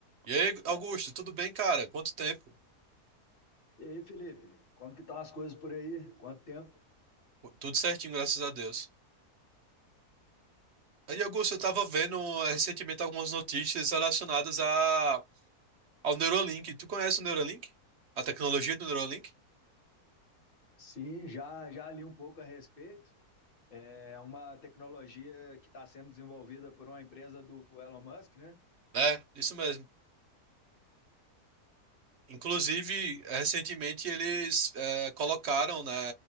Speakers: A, on the right; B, on the left.
A: E aí, Augusto, tudo bem, cara? Quanto tempo?
B: E aí, Felipe, como que estão as coisas por aí? Quanto tempo?
A: Tudo certinho, graças a Deus. Aí, Augusto, eu tava vendo eh, recentemente algumas notícias relacionadas a, ao Neuralink. Tu conhece o Neuralink? A tecnologia do Neuralink?
B: Sim, já já li um pouco a respeito. É uma tecnologia que está sendo desenvolvida por uma empresa do Elon Musk, né?
A: É, isso mesmo. Inclusive, eh, recentemente eles eh, colocaram, né,